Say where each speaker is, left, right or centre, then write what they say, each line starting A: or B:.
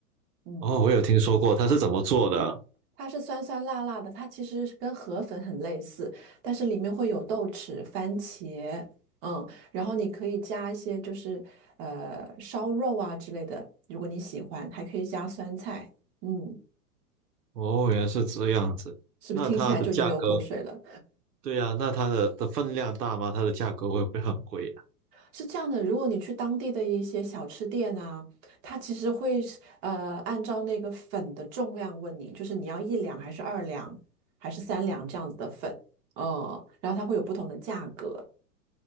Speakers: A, on the right; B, on the right.
A: 嗯，
B: 哦，我有听说过，它是怎么做的啊？
A: 它是酸酸辣辣的，它其实是跟河粉很类似，但是里面会有豆豉、番茄，嗯，然后你可以加一些就是呃烧肉啊之类的，如果你喜欢，还可以加酸菜，嗯，
B: 哦，原来是这样子。
A: 是不是听起来就已经流口水了？
B: 那它的价格，对呀、那它的的分量大吗？它的价格会不会很贵呀、
A: 是这样的，如果你去当地的一些小吃店啊，它其实会是呃按照那个粉的重量问你，就是你要一两还是二两还是三两这样子的粉，嗯，然后它会有不同的价格。